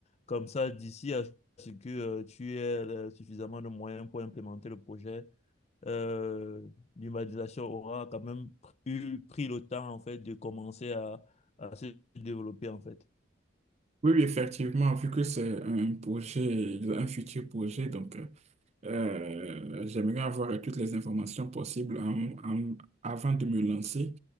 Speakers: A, on the left; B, on the right.
A: Comme ça, d'ici à ce que euh, tu aies euh, suffisamment de moyens pour implémenter le projet euh, l'humanisation aura quand même eu, pris le temps en fait de commencer à, à se développer en fait.
B: Oui, oui, effectivement, vu que c'est un projet, un futur projet, donc. euh, Euh, j'aimerais avoir toutes les informations possibles en- en- avant de me lancer.